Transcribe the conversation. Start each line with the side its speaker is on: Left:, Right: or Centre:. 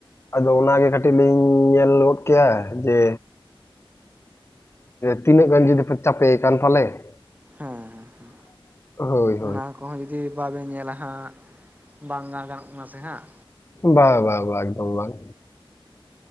Left: ᱟᱫᱚ ᱚᱱᱟᱜᱮ ᱠᱟᱹᱴᱤᱡ ᱞᱤᱧ ᱧᱮᱞ ᱜᱚᱫ ᱠᱮᱭᱟ ᱡᱮ ᱛᱤᱱᱟᱹᱜ ᱜᱟᱱ ᱡᱩᱫᱤ ᱯᱮ ᱪᱟᱯᱮᱠᱟᱱ ᱯᱟᱞᱮ
Right: ᱦᱮᱸ
Left: ᱼ
Right: ᱦᱮᱸ
Left: ᱦᱳᱭ ᱾
Right: ᱚᱱᱟ ᱠᱚᱦᱚᱸ ᱡᱩᱫᱤ ᱵᱟᱵᱮᱱ ᱧᱮᱞᱟ ᱦᱟᱸᱜ ᱵᱟᱝ ᱜᱟᱱᱚᱜ ᱠᱟᱱᱟ ᱥᱮ ᱦᱟᱸᱜ?
Left: ᱵᱟ ᱵᱟ ᱵᱟ ᱮᱠᱫᱚᱢ ᱵᱟᱝ᱾